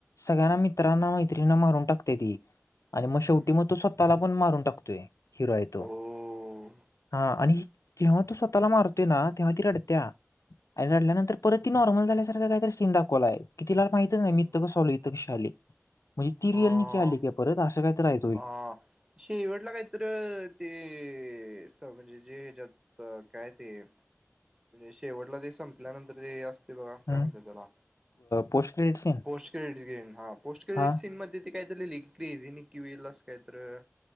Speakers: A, on the left; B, on the right.
A: सगळ्यांना मित्रांना मैत्रीणींना मारून टाकत्या ती, आणि
B: हम्म
A: मग शेवटी
B: हम्म.
A: मग तो स्वतः स्वतःला पण मारून टाकतोय, हिरो हाय तो.
B: ओ.
A: हा आणि, जेव्हा तो स्वतःला मारतोय ना तेव्हा ती रडत्या. आणि रडल्यानंतर परत ती नॉर्मल झाल्यासारखं काहीतरी सीन दाखवलाय. की तिला माहितच
B: हम्म.
A: नाही मी इथं कस आलोय इथं कशी आलीय, म्हणजे ती रियल
B: हा.
A: नी की आली काय परत असं काय तर हाय.
B: हा, शेवटला काहीतर ते म्हणजे जे ह्याच्यात अ काय ते, शेवटला जे संपल्यानंतर जे असतय बघा
A: हम्म.
B: काय म्हणतात त्याला?
A: Post credit scene
B: post credit scene हा. पोस्ट क्रेडिट
A: हा
B: सीन मध्ये ते काय तर लिहलंय की क्रेझी निकी वील असं काय तर,